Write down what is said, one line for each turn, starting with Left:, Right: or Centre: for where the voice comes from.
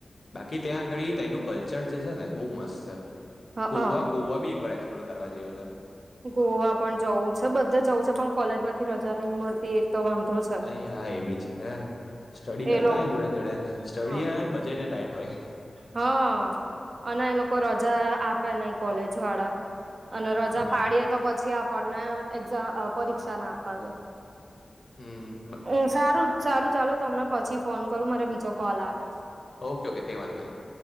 Left: બાકી ત્યાં આગડી તઈનુ કલ્ચર જે છે ને, બહુ મસ્ત છે.
Right: હઅ
Left: ગોવા, ગોવા બી એકવાર એક્સપ્લોર કરવા જેવું છે.
Right: ગોવા પણ જવું છે, બધે જવું છે પણ કોલેજ માંથી રજા નહી મળતી એજ તો વાંધો છ.
Left: અરે હા એબી છે. સ્ટડી
Right: એ
Left: કરતા
Right: લોક
Left: હોયને જોડે જોડે, સ્ટડી
Right: હ
Left: <unintelligible> ટાઈટ હોય.
Right: હા, અને એ લોકો રજા, આપે નહીં કોલેજ વાળા. અને રજા
Left: હા
Right: પાડીએે તો પછી આપણને એક્ઝા, અ પરીક્ષા ના આપ્પા દે.
Left: હમ્મ.
Right: અમ સારું, સારુ ચાલો તમને પછી ફોન કરું મારે બીજો કોલ આવે
Left: ઓકે, ઓકે, કઈ વાંધો નહીં.